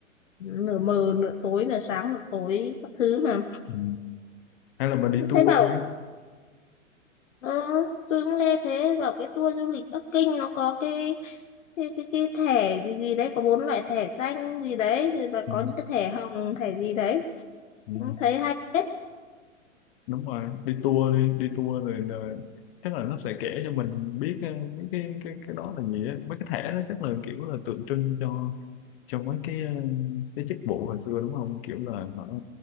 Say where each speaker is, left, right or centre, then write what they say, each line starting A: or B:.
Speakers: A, on the left; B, on the left.
A: nửa mờ nửa tối nửa sáng nửa tối các thứ mà
B: Ừ. Hay là bà đi
A: Tôi
B: tour
A: thấy bảo
B: đi.
A: ờ, tôi cũng nghe thế bảo cái tour du lịch Bắc Kinh nó có cái cái cái, cái thẻ gì gì đấy có bốn loại thẻ xanh gì đấy rồi là
B: Ừ.
A: có những cái thẻ hồng thẻ gì đấy
B: Ừ.
A: cũng thấy hay hết
B: đúng rồi đi tour đi đi tour rồi, rồi chắc là nó sẽ kể cho mình biết ờ, mấy cái cái cái đó là gì á mấy cái thẻ đó chắc là kiểu là tượng trưng cho cho mấy cái ờ, cái chức vụ hồi xưa đúng không kiểu là họ